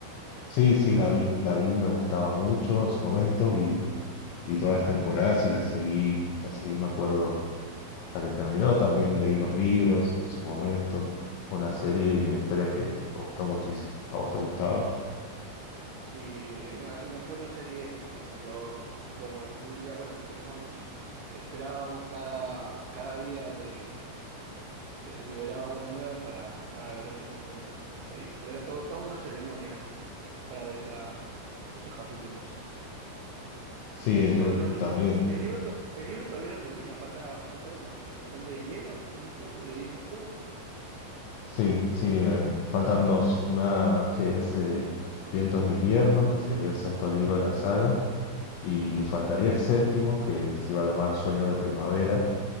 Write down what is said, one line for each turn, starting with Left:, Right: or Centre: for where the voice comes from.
Left: Sí, sí, la vi, la vi, me gustaba mucho en su momento, vi, vi todas las temporadas y las seguí, las seguí, me acuerdo, hasta que terminó. También leí los libros en su momento. Fue una serie y una historia que, que me gustó muchísimo. ¿A vos te gustaba?
Right: Sí, es una, es una- fue una serie épica. Yo con la familia, bueno, con mis hermanos, esperábamos cada, cada día de que se liberaba una nueva para, para verlas en conjuntos. Ahí, era todo, toda una ceremonia, ¿no? Para ver esa, esos capítulos.
Left: Sí, yo
Right: Pero los li-
Left: también.
Right: el libro, to- el libro todavía no termina, falta, falta uno, la canción de Hielo, si no me equivoco, de Hielo y Fuego.
Left: Sí, sí, em, faltan dos. Una que es eh, Vientos de invierno, que sería el sexto libro de la saga, y faltaría el séptimo, que se iba a llamar Sueño de primavera,